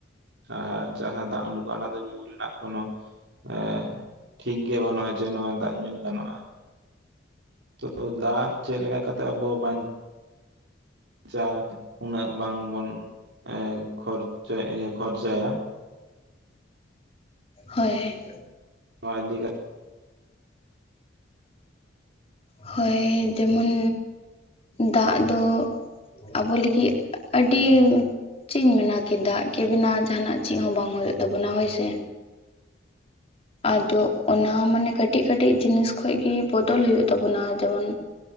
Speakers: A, on the right; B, on the left.
A: ᱟᱨ ᱡᱟᱦᱟᱸ ᱫᱟᱜ ᱩᱰᱩᱠᱚᱜᱼᱟ ᱚᱱᱟ ᱫᱚ ᱧᱩ ᱨᱮᱱᱟᱜ ᱠᱚᱱᱚ ᱮ ᱴᱷᱤᱠ ᱜᱮᱭᱟ ᱵᱟᱹᱱᱩᱜᱼᱟ, ᱡᱮ ᱫᱟᱜ ᱧᱩ ᱜᱟᱱᱚᱜᱼᱟ ᱦᱤᱛᱚ ᱫᱚ ᱫᱟᱜ ᱪᱮᱫ ᱞᱮᱠᱟ ᱠᱟᱛᱮ ᱟᱵᱚ ᱵᱟᱧ ᱪᱟ ᱩᱱᱟᱹᱜ ᱵᱟᱝ ᱵᱚᱱ ᱮ ᱠᱷᱚᱨᱪᱚᱭᱟ ᱮ ᱠᱷᱚᱨᱪᱟᱭᱟ
B: ᱦᱚᱭ
A: ᱱᱚᱣᱟ ᱤᱫᱤ ᱠᱟᱛ <inaudible>
B: ᱦᱳᱭ ᱡᱮᱢᱚᱱ ᱫᱟᱜ ᱫᱚ ᱟᱵᱚ ᱞᱟᱹᱜᱤᱫ ᱟᱹᱰᱤᱢ ᱪᱮᱫ ᱤᱧ ᱢᱮᱱᱟ ᱠᱤ ᱫᱟᱜ ᱠᱤ ᱵᱮᱱᱟ ᱡᱟᱦᱟᱱᱟᱜ ᱪᱮᱫ ᱦᱚᱸ ᱵᱟᱝ ᱦᱩᱭᱩᱜ ᱛᱟᱵᱚᱱᱟ ᱦᱳᱭ ᱥᱮ ᱟᱫᱚ ᱚᱱᱟ ᱢᱟᱱᱮ ᱠᱟᱹᱴᱤᱡ ᱠᱟᱹᱴᱤᱡ ᱡᱤᱱᱤᱥ ᱠᱷᱚᱡ ᱜᱤ ᱵᱚᱫᱚᱞ ᱦᱩᱭᱩᱜ ᱛᱟᱵᱚᱱᱟ ᱡᱮᱢᱚᱱ